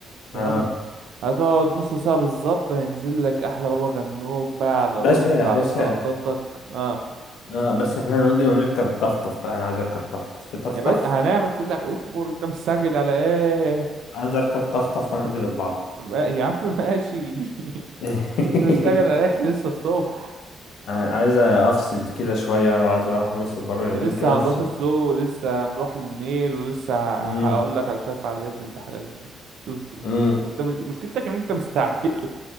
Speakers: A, on the right; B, on the left.
A: تمام
B: اه
A: هتقعد نص ساعة بالظبط هينزل لك أحلى بابا غنوج بقى على
B: باشا
A: رز
B: يا
A: على
B: باشا
A: سلطاتك اه
B: اه بس احنا نقول ونركب طفطف بقى انا عايز اركب طفطف في طفطف
A: يا باشا هنعمل كل ح- اصبر انت مستعجل على ايه
B: عايز اركب طفطف
A: <laughs>
B: وانزل البحر
A: ما- يا عم ماشي <laughs>
B: <laughs>
A: انت مستعجل على ايه إحنا لسه الصبح
B: عايز افصل كده شويه عايز اروح راس البر يومين
A: لسه
B: كده افصل
A: هنروح السوق ولسه هنروح النيل ولسه ه-
B: امم
A: هقول لك على شوية فعاليات بنت حلال اصبر انت
B: امم
A: انت م- مشكلتك ان انت مستعجل